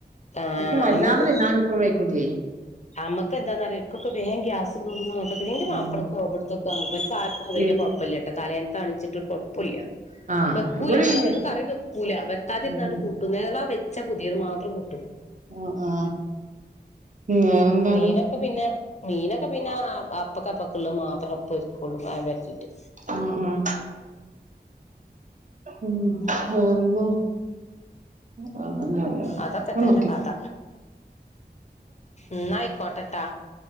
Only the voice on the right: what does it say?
ഇിക്കും വല്ലാതെ
ഞാൻ ഇിക്കുംക്കും ചെയേ
ഉം.
പി-
ആ
ഇവിടെ
ഇല്ല
ഉം, ഉം.
ഓ ആ വേറെന്താണ്
ആഹ് ആഹ് ഉം വന്ന ല്ലല്ല
എന്നക്കെ